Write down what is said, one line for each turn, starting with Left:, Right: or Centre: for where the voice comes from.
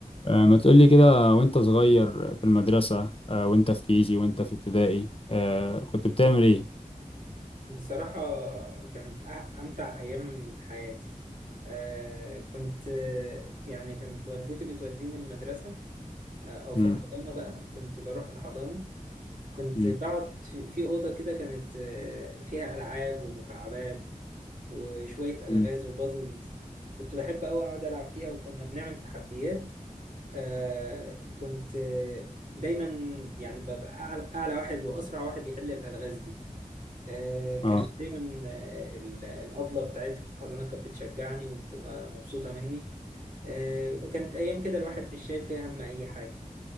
Left: آه، ما تقولي كده وانت صغير في المدرسة آه، وانت في كيجي وانت في ابتدائي آه، كنت بتعمل ايه؟
Right: بصراحة كانت أ- أمتع أيام حياتي آه كنت آه، يعني كانت والدتي بتوديني المدرسة آه أو في
Left: مم،
Right: الحضانة بقى كنت بروح الحضانة كنت
Left: مم،
Right: بقعد في, في أوضة كده كانت آه فيها ألعاب ومكعبات وشوية ألغاز
Left: مم،
Right: وبازلز كنت بحب أوي أقعد ألعب فيها وكنا بنعمل تحديات آه كنت آه، دايما يعني ببقى أعلى, أعلى واحد وأسرع واحد يحل الألغاز دي آه، كانت
Left: اه
Right: دايما آه، ال- الأبلة بتاعتي في الحضانة كانت بتشجعني وبتبقى مبسوطة مني آه، كانت أيام كده الواحد مش شايل فيها هم أي حاجة